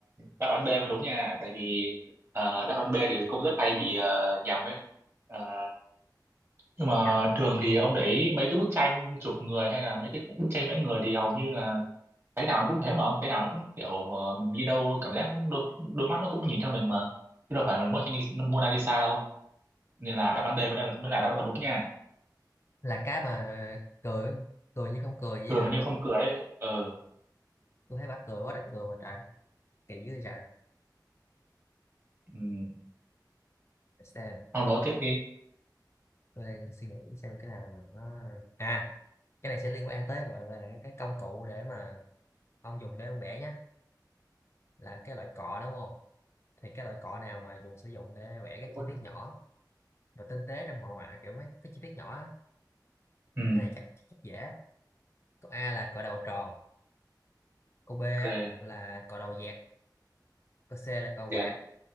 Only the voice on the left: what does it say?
nhầm
là cái mà cười cười như không cười vậy
hả
tôi thấy bà cười quá trời cười mà trời kỳ dữ vậy trời
để xem
tôi đang suy nghĩ xem cái nào mà nó à cái này sẽ liên quan tới gọi là cái công cụ để mà ông dùng để ông vẽ nhá là cái loại cọ đúng không thì cái loại cọ nào mà dùng sử dụng để vẽ các chi
tiết nhỏ và tinh tế trong hội họa kiểu mấy cái chi tiết nhỏ á.
cái này chắc chắc dễ câu A là cọ đầu tròn câu B á
là cọ đầu dẹt câu C là cọ quạt